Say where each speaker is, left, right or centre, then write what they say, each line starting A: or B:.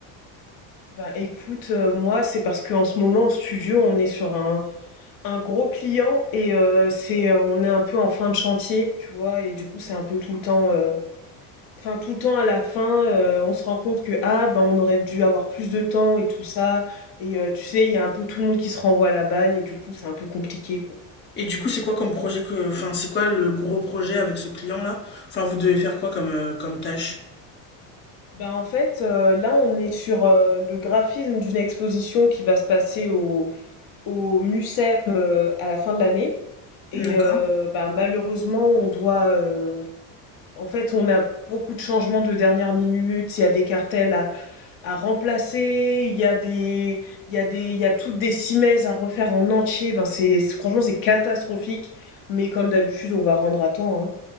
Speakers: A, on the left (about 60°); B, on the left (about 25°).
A: Bah écoute, euh, moi, c'est parce qu'en ce moment, au studio, on est sur un, un gros client et euh, c'est, euh, on est un peu en fin de chantier, tu vois, et du coup, c'est un peu tout le temps... euh, Enfin, tout le temps à la fin, euh, on se rend compte que ah ben on aurait dû avoir plus de temps et tout ça. Et euh, tu sais, il y a un peu tout le monde qui se renvoie la balle et du coup c'est un peu compliqué quoi.
B: Et du coup, c'est quoi comme projet que. Enfin, c'est quoi le gros projet avec ce client-là Enfin, vous devez faire quoi comme, euh, comme tâche
A: Ben en fait, euh, là, on est sur euh, le graphisme d'une exposition qui va se passer au, au MUSEM euh, à la fin de l'année. Et
B: D'accord.
A: euh, ben, malheureusement, on doit... euh, en fait, on a beaucoup de changements de dernière minute. Il y a des cartels à, à remplacer, il y a des, il y a des, il y a toutes des simèses à refaire en entier. Ben c'est, c'est- franchement, c'est catastrophique. Mais comme d'habitude, on va rendre à temps, hein.